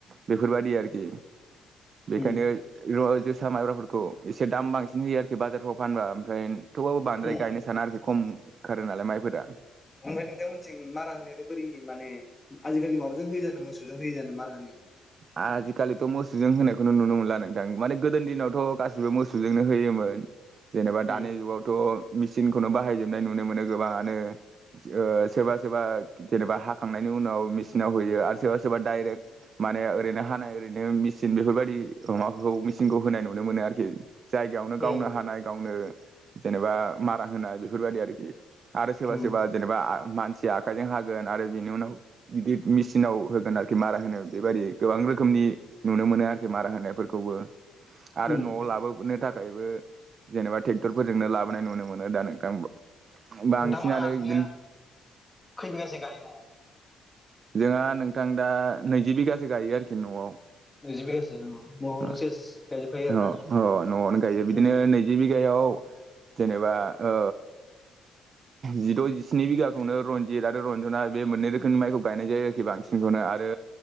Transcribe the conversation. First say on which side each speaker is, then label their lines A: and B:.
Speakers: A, on the right; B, on the left.
A: बेफोरबादि आरोखि। बेखायनो।
B: उम
A: <unintelligible> जोसा माइब्राफोरखौ इसे दाम बांसिन होयो आरोखि बाजारफ्राव फानबा ओमफ्राय थेवबाबो बांद्राय
B: उम
A: गायनो साना आरोखि खम खारो नालाय माइफोरा।
B: ओमफाय नोंथां मोनथिं मारा होनायालाय बोरै हायो? माने आजिखालि माबा जों होयोजानो मोसौजों होयोजानो मारा होनाया?
A: आजिखालिथ' मोसौजों होनायखौनो नुनो मोनला नोंथां माने गोदोनि दिनावथ' गासैबो मोसौजोंनो होयोमोन। जेनेबा
B: उम
A: दानि जुगावथ' मिसिनखौनो बाहायजोबनाय नुनो मोनो गोबाङानो ओ सोरबा सोरबा जेनेबा हाखांनायनि उनाव मिचिनाव होयो आरो सोरबा सोरबा डाइरेक्ट माने ओरैनो हानाय ओरैनो मिचिन बेफोरबायदि गोमाखौ मिचिनखौ होनाय नुनो मोनो आरोखि। जायगायावनो गावनो
B: उम
A: हानाय गावनो जेनेबा मारा होनाय बेफोरबायदि आरोखि। आरो सोरबा
B: उम
A: सोरबा जेनेबा मान जे आखाइजों हागोन आरो बिनि उनाव गिदिर मेसिनाव होगोन आरोखि मारा होनो बेबायदि गोबां रोखोमनि नुनो मोनो आरोखि मारा होनायफोरखौबो। आरो
B: उम
A: न'आव लाबोनो थाख अनगायैबो जेनेबा टेक्टरफोरजोंनो लाबोनाय नुनो मोनो दा नोंथां बांसिनानो
B: नोंथांमोनहा ओरैनो
A: बिदिनो
B: खै बिगासो गायो न'आव?
A: जोंहा नोंथां दा नैजि बिगासो गायो आरोखि न'आव।
B: नैजि बिगासो औ न'आवनो
A: अ
B: सेस गायजोबखायो आरो
A: अ
B: ना?
A: नआवनो गायजो बिदिनो
B: उम
A: नैजि बिघायाव जेनेबा ओ जिद' जिस्नि बिघाखौनो रनजित आरो रन्जना बे मोननै रोखोमनि माइखौ गायनाय जायो आरोखि बां सिनखौनो आरो